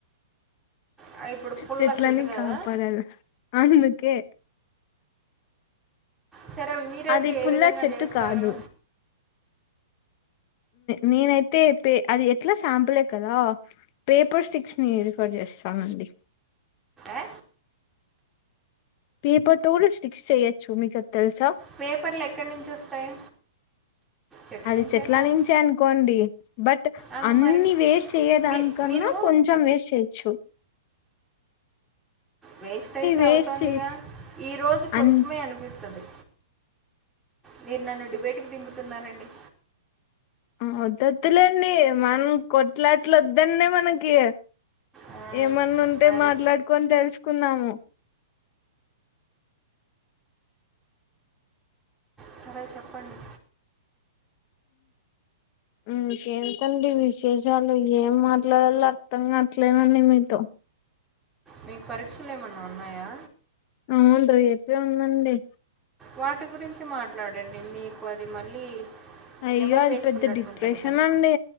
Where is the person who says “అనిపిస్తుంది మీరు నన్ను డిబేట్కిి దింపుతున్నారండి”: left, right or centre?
Centre